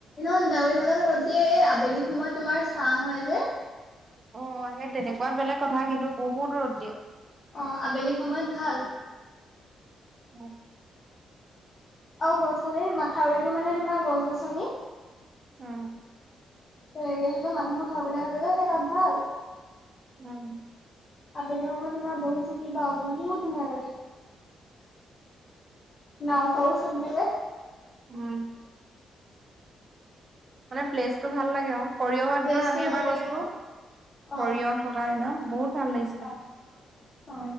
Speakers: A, on the left; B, on the right.
A: ধুনাগুৰিঘটোলে ৰ'দ দিয়ে। এ, আবেলি সময়ত তোমাৰ চাহ হয় যে।
B: অ' সেই তেনেকুৱাত বেলেগ কথা কিন্তু বহুত ৰ'দ দিয়ে।
A: অ' আবেলি সময়ত ভাল।
B: উম।
A: আৰু গছ গছ এই মাথাউৰিতটো মানে তোমাৰ গছ গছনি।
B: উম।
A: হেৰি আছে যে মানুহৰ ঘৰবিলাক আছে যে সেই তাত ভাল।
B: উম।
A: আবেলি সময়ত তোমাৰ বহি থাকিবা, বহুত ধুনীয়া লাগে। নাওঁ চাৱো চলি থাকে।
B: উম। মানে প্লেচটো ভাল লাগে আও। সৰিয়হৰ
A: প্লেচটো
B: দিনত আমি
A: ভাল
B: এবাৰ
A: লাগে
B: গৈছিলো,
A: অ
B: সৰিয়হ থকা দিনত বহুত ভাল লাগিছিলে।
A: অ অ।